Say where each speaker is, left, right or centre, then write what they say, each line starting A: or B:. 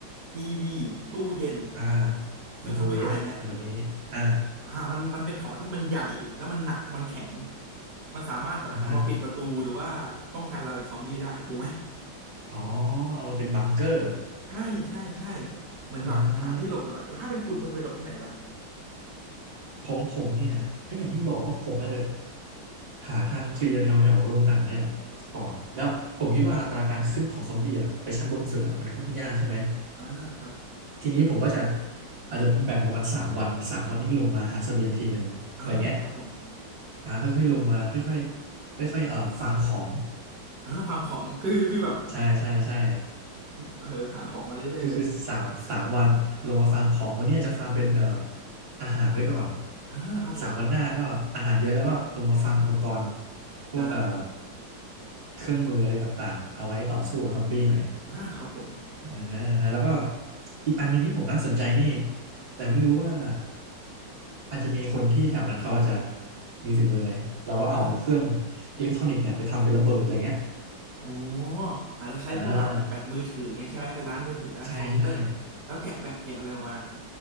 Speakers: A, on the right; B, on the right.
A: ทีวีตู้เย็น
B: อ่า
A: เครื่องซักผ้าอย่างเงี้ย
B: ไมโครเวฟแถวนี้อ่า
A: อ่ามันมันเป็นของที่มันใหญ่แล้วมันหนักมันแข็งมันสามารถแบบเอามาปิดประตูหรือว่าป้องกันเราจากซอมบี้ได้ถูกไหม
B: อ่าฮะอ๋อเอามาเป็นบังเกอร์
A: ใช่ใช่ใช่เหมือนแบบหาที่หลบไปก่อนแล้วถ้าเป็นคุณคุณจะไปหลบที่ไหนเหรอ
B: อ่าของผมเนี่ย ก็อย่างที่บอกว่าผมอาจจะหาทางเคลียร์แถวแถวโรงหนังนี่แหละก่อน แล้วผมคิดว่าอัตราการขึ้นของซอมบี้อะไปชั้นบนสุดอะมันค่อนข้างยากใช่ไหม
A: อ่าครับ
B: ทีนี้ผมก็จะอาจจะแบ่งประมาณสามวันสามวันนี้ลงมาหาเสบียงทีหนึ่งอะไรเงี้ย
A: อ่าครับผม
B: อ่าค่อยๆลงมาค่อยๆค่อยๆเอ่อฟาร์มของ
A: อ่าฟาร์มของคือคือแบบ
B: ใช่ใช่ใช่
A: เออหาของมาเรื่อยๆเลย
B: ก็คือสามสามวันลงมาฟาร์มของวันนี้อาจจะฟาร์มเป็นเอ่ออาหารไว้ก่อน
A: อ่าครับผม
B: สามวันหน้าก็อาหารเยอะแล้วก็ลงมาฟาร์มอุปกรณ์พวกเอ่อ
A: อ่า
B: เครื่องมืออะไรต่างๆเอาไว้ต่อสู้กับซอมบี้หน่อย
A: อ่าครับผม
B: อ่าฮะอ่าฮะแล้วก็อีกอันหนึ่งที่ผมน่าสนใจนี่แต่ไม่รู้ว่าอาจจะมีคนที่แถวนั้นเขาอาจจะมีฝีมือไงเราก็เอาเครื่อง
A: อ่า
B: อิเล็กทรอนิกส์เนี่ยไปทำเป็นระเบิดอะไรเงี้ย
A: โอ้อาจจะใช้พวกแบบแบตมือถืออย่างเงี้ยใช่ไหมไปร้านมือถือร้านคอมพิวเตอร์แล้วแกะแบตแกะอะไรออกมา
B: อ่าใช่ใช่